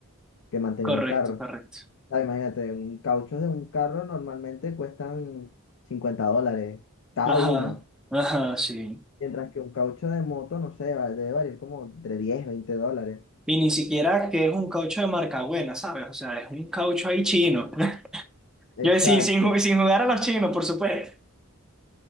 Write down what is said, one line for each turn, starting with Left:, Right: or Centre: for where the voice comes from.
Left: que mantener
Centre: Correcto,
Left: un carro.
Centre: correcto.
Left: Ah, imagínate, un caucho de un carro normalmente cuestan 50 dólares cada
Centre: Ajá,
Left: uno.
Centre: ajá, sí.
Left: Mientras que un caucho de moto, no sé, va- debe variar como entre 10 20 dólares.
Centre: Y ni siquiera que es un caucho de marca buena, ¿sabes? O sea, es un caucho ahí chino. <laughs>
Left: Exacto,
Centre: Yo sin, sin, ju- sin jugar a los chinos, por supuesto.